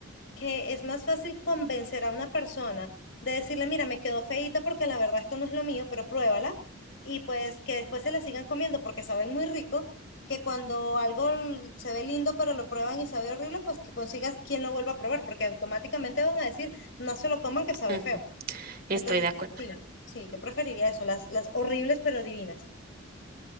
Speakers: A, on the left (about 60°); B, on the right (about 45°).
A: que es más fácil convencer a una persona de decirle, mira, me quedó feíta porque la verdad esto no es lo mío, pero pruébala. Y pues que después se la sigan comiendo porque saben muy rico, que cuando algo l- se ve lindo pero lo prueban y sabe horrible, pues que consigas quien lo vuelva a probar, porque automáticamente van a decir, no se lo coman que sabe
B: Ujú,
A: feo.
B: Estoy
A: Entonces,
B: de acuerdo,
A: sí, sí, yo preferiría eso, las, las horribles pero divinas.